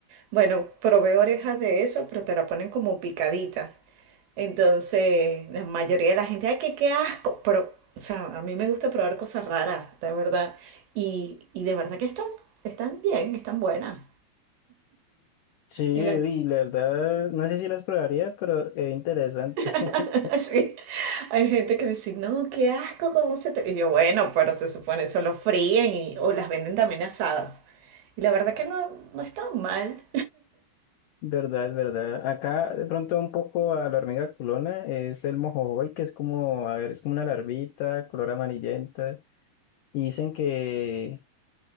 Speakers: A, on the right; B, on the left.
A: Bueno, probé orejas de eso, pero te la ponen como picaditas. Entonces, la mayoría de la gente, ay, qué, qué asco. Pero, o sea, a mí me gusta probar cosas raras, la verdad. Y, y de verdad que están, están bien, están buenas.
B: Sí, y
A: Y la,
B: la verdad, no sé si las probaría, pero es interesante.
A: <laughs>
B: <laughs>
A: sí, hay gente que me dice, no, qué asco, ¿cómo se te...? Y yo, bueno, pero se supone, eso lo fríen y, o las venden también asadas. Y la verdad que no, no están mal.
B: Verdad, es verdad. Acá de pronto un poco a la hormiga culona es el mojojoy, que es como, a ver, es como una larvita, color amarillenta. Y dicen que,